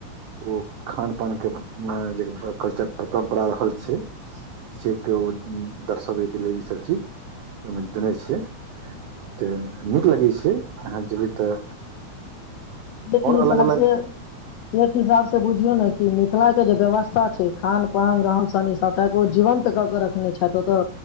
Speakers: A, on the right (about 80°); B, on the left (about 75°).
A: ओ खान पान के मे जे कल्चर परम्परा रहल छै से त दर्शाबैके लेल ई सब चीज ओहिमे देने छियै तऽ नीक लगै छै अहाँ जेबै तऽ
B: लेकिन हिसाबसे
A: अलग अलग
B: एक हिसाब से बुझियौ ने कि मिथिला के जे व्यवस्था छै खान पान रहन सहन ई सबटा ओ जीवन त कऽ के रखने छ ओतऽ